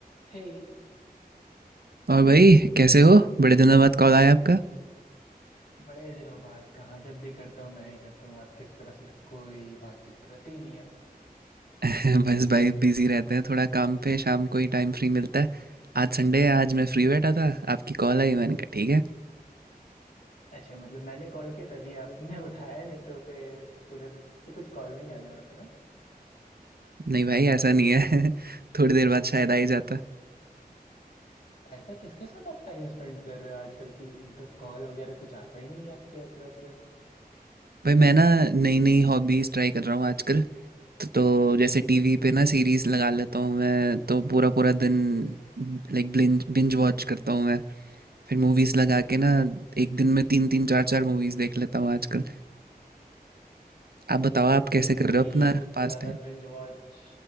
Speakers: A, on the left (about 65°); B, on the right (about 70°).
A: हे
B: और भाई कैसे हो बड़े दिनों बाद कॉल आया आपका
A: बड़े दिनों बाद कहाँ जब भी करता हूँ मैं ही करता हूँ आपके इस तरह से तो कोई बातचीत रहती नहीं है
B: <laughs> बस भाई बिजी रहते हैं थोड़ा काम पे शाम को ही टाइम फ्री मिलता है आज संडे है आज मैं फ्री बैठा था आपकी कॉल आई मैंने कहा ठीक है
A: अच्छा मतलब मैंने कॉल किया तभी आपने <laughs> उठाया नहीं तो फिर उधर से कुछ कॉल नहीं आने वाला था ना
B: नहीं भाई ऐसा नहीं है <laughs> थोड़ी देर बाद शायद आ ही जाता
A: ऐसा किसके साथ आप टाइम स्पेंड कर रहे हो आजकल की एकदम कॉल वगैरह कुछ आता ही नहीं है आपके तरफ से
B: भाई मैं ना नई नई हॉबीज ट्राई कर रहा हूँ आजकल तो, तो जैसे टीवी पे ना सीरीज लगा लेता हूँ मैं तो पूरा पूरा दिन लाइक बिंज बिंज वॉच करता हूँ मैं फिर मूवीज लगा के ना एक दिन में तीन तीन चार चार मूवीज देख लेता हूँ आजकल आप बताओ
A: अचानक
B: आप
A: से
B: कैसे
A: मूवीज
B: कर रहे हो अपना
A: इतना
B: पास
A: ज्यादा बिंज वॉच